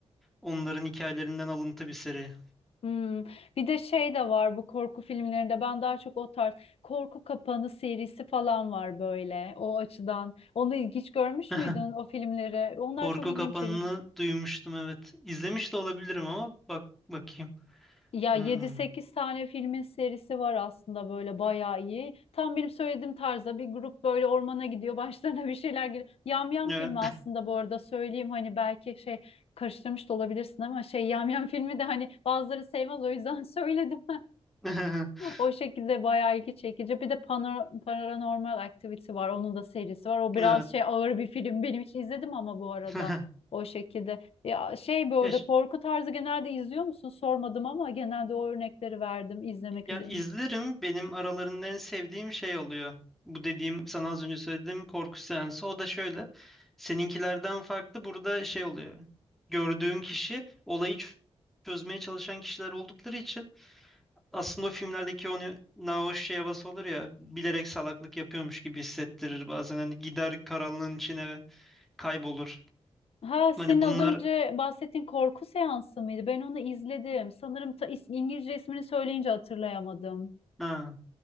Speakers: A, in the centre; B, on the left (about 65°).
A: Onların hikayelerinden alıntı bir seri.
B: Hmm. Bir de şey de var bu korku filmlerinde ben daha çok o tarz korku kapanı serisi falan var böyle o açıdan. Onu hiç görmüş
A: <laughs>
B: müydün o filmleri? Onlar
A: Korku
B: çok ilgimi
A: Kapanı'nı
B: çekiyor.
A: duymuştum evet. İzlemiş de olabilirim ama bak bakayım.
B: Ya
A: Hmm.
B: yedi sekiz tane filmin serisi var aslında böyle bayağı iyi. Tam benim söylediğim tarzda bir grup böyle ormana gidiyor <laughs> başlarına bir şeyler geliyor. Yam Yam
A: Evet.
B: filmi aslında bu arada söyleyeyim hani belki şey karıştırmış da olabilirsin ama şey Yam Yam filmi de hani bazıları sevmez o yüzden <laughs> söyledim.
A: <laughs>
B: O şekilde bayağı ilgi çekici. Bir de Pana- Paranormal Activity var. Onun da serisi var. O biraz
A: Evet.
B: şey ağır bir film. Benim için izledim ama bu arada
A: <laughs>
B: o şekilde. Ya şey bu arada
A: Ya
B: korku tarzı genelde izliyor musun? Sormadım ama genelde o örnekleri verdim izlemek
A: Ya
B: üzere.
A: izlerim. Benim aralarında en sevdiğim şey oluyor. Bu dediğim sana az önce söylediğim korku seansı. O da şöyle. Seninkilerden farklı burada şey oluyor. Gördüğün kişi olayı ç- çözmeye çalışan kişiler oldukları için aslında o filmlerdeki onu nahoş şey havası olur ya bilerek salaklık yapıyormuş gibi hissettirir bazen hani gider karanlığın içine ve kaybolur.
B: Ha senin
A: Hani bunlar
B: az önce bahsettiğin korku seansı mıydı? Ben onu izledim. Sanırım ta- is- İngilizce ismini söyleyince hatırlayamadım.
A: ha,